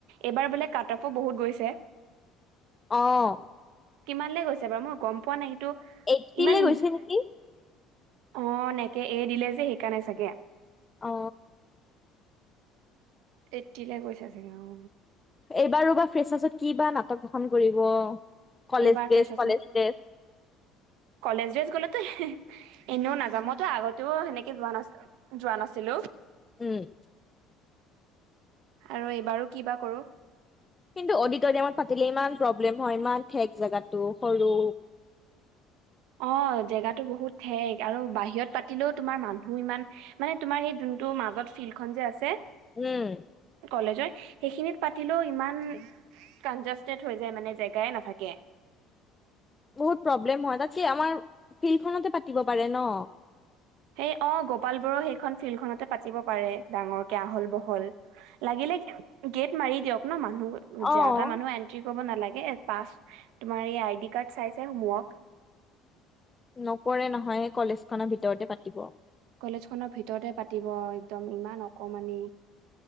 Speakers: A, on the right; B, on the left.
A: এইবাৰ বোলে কাট অফো বহুত গৈছে?
B: অহ।
A: কিমান লৈ গৈছে বাৰু? মই গম পোৱা নাই। কিন্তু
B: এইটটিলে
A: ইমান
B: গৈছে
A: ইজ-
B: নেকি।
A: অ এনেকে এ দিলে যে সেইকাৰনে চাগে আ
B: অ।
A: এইটটিলে গৈছে চাগে অ।
B: এইবাৰো বা, ফ্ৰেচাছত কি বা নাটক, খন কৰিব। কলেজ
A: এইবাৰ
B: ড্ৰেছ,
A: ফ্ৰেচাছত
B: কলেজ ড্ৰেছ।
A: কলেজ ড্ৰেছ গ'লে, তেহ এনেও নাযাও। মইতো আগতেও সেনেকে যোৱা নাছি যোৱা নাছিলো।
B: উম।
A: আৰু এইবাৰো কি বা কৰো
B: কিন্তু অডিটৰিয়ামত পাতিলে ইমান প্ৰব্লেম হয়, ইমান ঠেক জোগাটো সৰু।
A: অ জেগাটো বহুত ঠেক আৰু বাহিৰত পাতিলেও তোমাৰ মানুহ ইমান মানে তোমাৰ সেই যোনটো মাজত ফিল্ডখন যে আছে।
B: উম।
A: কলেজৰ সেইখিনিত পতিলো ইমান কাঞ্জস্তেত হৈ যায়, জেগাই নাথাকে।
B: বহুত প্ৰব্লেম হয় তাতকে আমাৰ ফিল্ডখনতে পাতিব পাৰে ন?
A: সেই অ গোপাল বৰুৱা সেইখন ফিল্ডখনতে পাতিব পাৰে, ডাঙৰকে আহল বহল লাগিল লোগি গেট মাৰি দিয়ক ন মা নুহ
B: অ'।
A: যা টা মানুহ এন্ট্ৰি, কব নালাগে, পাছ তোমাৰ এই আইদি কাৰ্ত চাই চাই সোমুৱাওক।
B: নকৰে নহয়, কলেজ খনৰ ভিতৰতে পাতিব।
A: কলেজ খনৰ ভিতৰতে পাতিব, একদম ইমান অকমানি